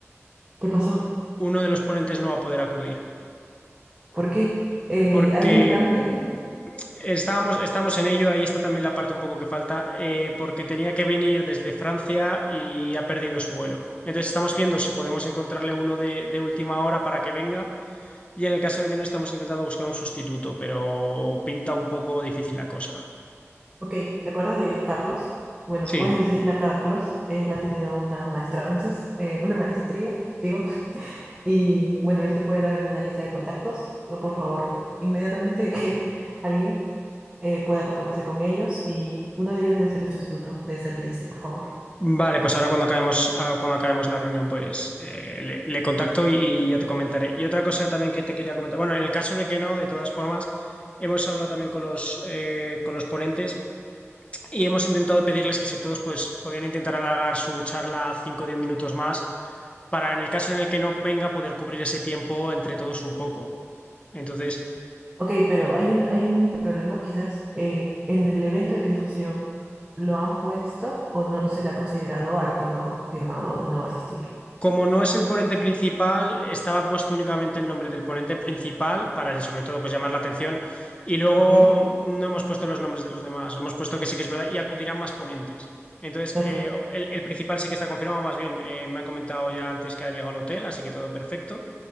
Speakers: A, on the right (about 20°); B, on the left (about 25°).
A: ¿qué pasó?
B: Uno de los ponentes no va a poder acudir,
A: ¿Por qué? Eh,
B: porque
A: ¿hay un plan
B: mm,
A: B?
B: Estábamos, estamos en ello, ahí está también la parte un poco que falta, eh, porque tenía que venir desde Francia y ha perdido su vuelo. Entonces estamos viendo si podemos encontrarle uno de, de última hora para que venga y en el caso de que no estamos intentando buscar un sustituto, pero pinta un poco difícil la cosa.
A: Ok, ¿te acuerdas de Carlos? Bueno,
B: Sí,
A: puedes decirle a Carlos, él ha tenido una maestranza, eh, una maestría, digo, <laughs> y bueno, él te puede dar alguna lista de contactos. Por favor, inmediatamente que alguien eh, pueda contactarse con ellos y uno de ellos debe ser el sustituto de esa lista, por favor.
B: vale, pues ahora cuando acabemos, ah, cuando acabemos la reunión, pues eh, le, le contacto y, y ya te comentaré. Y otra cosa también que te quería comentar, bueno, en el caso de que no, de todas formas... Hemos hablado también con los, eh, con los ponentes y hemos intentado pedirles que si todos pues podían intentar alargar su charla 5 o 10 minutos más para en el caso en el que no venga poder cubrir ese tiempo entre todos un poco. Entonces,
A: Ok, pero hay un, hay un problema, quizás eh, en el evento de difusión lo han puesto o no se le ha considerado al que no ha confirmado y no va a asistir.
B: Como no es el ponente principal, estaba puesto únicamente el nombre del ponente principal para, sobre todo, pues llamar la atención. Y luego
A: Ok,
B: no hemos puesto los nombres de los demás. Hemos puesto que sí que es verdad y acudirán más ponentes. Entonces,
A: ok,
B: eh, el, el principal sí que está confirmado. Más bien, eh, me ha comentado ya antes que ha llegado al hotel, así que todo perfecto.